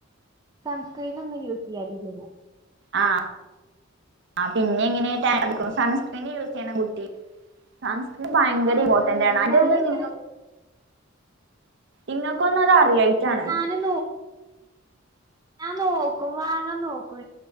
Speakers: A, on the right (about 20°); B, on the right (about 60°).
A: സൺസ്ക്രീനാന്നും യൂസ് ചെയ്യാരില്ലേനോ
B: ആഹ് ആഹ് പിന്നെ ങ്ങനെയ ട്ടാൻ സൺസ്ക്രീന് യൂസ് ചെയ്ണ കുട്ടി സൺസ്ക്രീൻ ഭയങ്കര
A: ഞാൻ
B: ഇമ്പോർട്ടന്റ്ണ്
A: ആഹ് എന്താ പറയാ
B: അന്റെ
A: ഞാനിങ്ങനെ
B: ഇത് നി ഇങ്ങക്കൊന്നും അതെറിയായ്ട്ടാണ്
A: <unintelligible> ഞാൻ നോക്കും വാങ്ങാൻ നോക്കൂ